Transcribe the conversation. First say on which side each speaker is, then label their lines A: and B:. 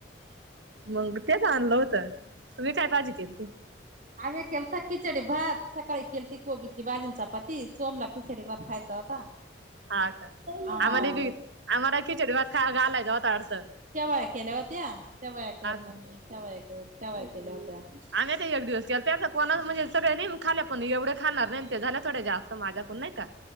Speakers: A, on the right; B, on the right.
A: मग तेच आणलं होतं तुम्ी काय काजी केली त
B: आम्ही केल तर खिचडी भात सकाळी केल त कोबीची बाजींचा पात सोमला खिचडी भात खायचा होता
A: हा का
B: हा
A: आम्हा बी आम्हाला खिचडी भात घालायचं होता अडथ
B: शवया केल्या होत्या शवया कर मम्मी
A: का
B: शवया कर शवया केल्या होत्या
A: आम्ही ते एक दिवस के त्याचा कोणा म्हणजे सगळे खाले पण एवढे खाणार नाही झा थो जास्त माझ्याकून नाही का